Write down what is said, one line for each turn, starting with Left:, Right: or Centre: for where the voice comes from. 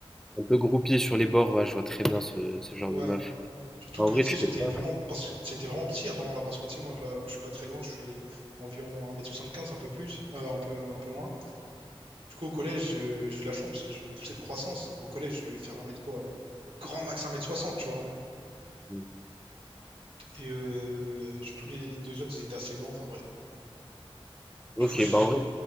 Centre: Un peu groupie sur les bords, ouais, je vois très bien ce, ce genre
Right: Ouais.
Centre: de meuf.
Right: Surtout
Centre: En
Right: que,
Centre: vrai,
Right: tu sais,
Centre: tu
Right: j'étais
Centre: fais pas.
Right: vraiment, parce... j'étais vraiment petit à ce moment-là, parce que, tu sais, moi, là, je suis pas très grand, je fais environ un mètre soixante quinze un peu plus, euh, un peu, un peu moins. Du coup, au collège, euh, j'ai eu de la chance parce que j'ai eu une poussée de croissance. Au collège, je devais faire un mètre quoi? Grand max un mètre soixante tu vois.
Centre: mmh.
Right: Et euh, surtout les deux autres, ils étaient assez grands, enfin bref.
Centre: Ok,
Right: Du coup, j'ai...
Centre: bah
Right: j'ai-
Centre: en vrai.